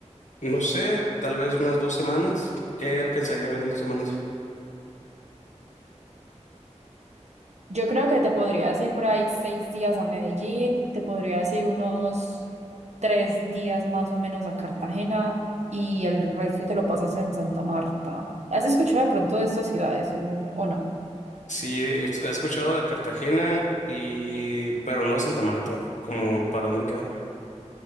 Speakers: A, on the left (about 80°); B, on the right (about 65°).
A: No sé, tal vez unas dos semanas. ¿Qué alcanzaría a ver en dos semanas?
B: Yo creo que te podrías ir por ahí seis días a Medellín, te podrías ir unos tres días más o menos a Cartagena y el resto te lo pasas en Santa Marta. ¿Has escuchado de pronto de estas ciudades o, o no?
A: Sí, he he escuchado de Cartagena y pero no de Santa Marta, como para dónde queda.